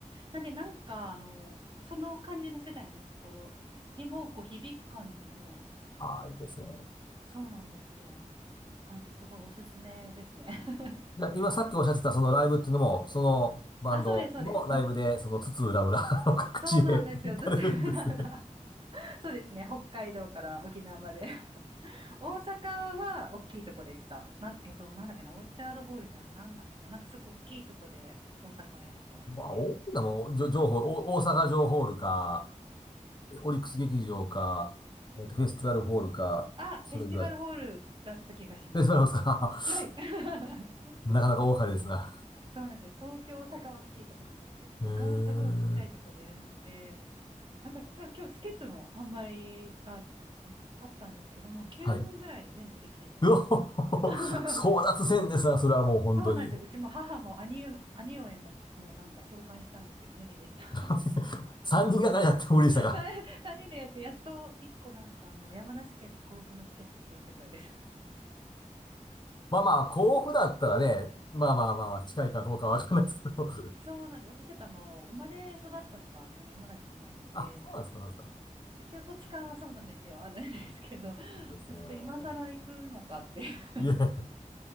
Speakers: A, on the right; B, on the left.
A: なんで、なんか、あの、その感じの世代の人にも、こう、響く感じの、
B: ああ、いいですね。
A: そうなんですよ。感じ、すごいおすすめですね。<laughs>
B: いや、今さっきおっしゃってたそのライブっていうのも、そのバンドのライブで、
A: あ、そうです、そうです。こ
B: その津々浦々の <laughs> 各地へ行かれるんですね。
A: そうなんですよ。津々浦々。そうですね。北海道から沖縄まで。<laughs> 大阪は大きいとこでした。なん、えっと、なんだっけな、オーチャードホールじゃなくて、なんだっけな、なんかすごい大きいとこで大阪はやるっぽいですね。
B: まあ、大きなもんじょ情報、お大阪城ホールか、えオリックス劇場か、えっと、フェスティバルホールか、
A: あ、
B: それぐらい。
A: フェスティバルホールだった気がします。
B: フェスティバルホールですか
A: はい。<laughs>
B: <laughs> なかなか大掛かりですな。
A: そうなんですよ。東京、大阪は大きいとこなんですけど、他はすごいちっちゃいとこでやるので、
B: <laughs> へえ。
A: なんか実は今日チケットの販売が、えっと、あったんですけども、9分ぐらいで全部売り切れちゃいまし
B: はい。うお
A: た。<laughs>
B: <laughs> 争奪戦ですな、それはもう本当に。
A: そうなんですよ。うちも母も兄上、兄上も、もうなんか召喚したんですけど、無理でした。
B: <laughs> 3人がかりやっても無理でしたか
A: <laughs> 3、人でやって、やっと1個なんかあの、山梨県の甲府のチケットが取れたくらいです。
B: まあまあ、甲府だったらね、まあまあまあ、近いかどうかわかんないですけど。<laughs>
A: そうなんです。私ちょっとあの、生まれ育ったのがその山梨なので、
B: あ、そうなんですか、そうなんですか。
A: 一応土地勘はそうなんですよ。あるんですけど、<laughs> ちょ
B: いいですね。
A: っと今更行くのかって。<laughs>
B: いやいやい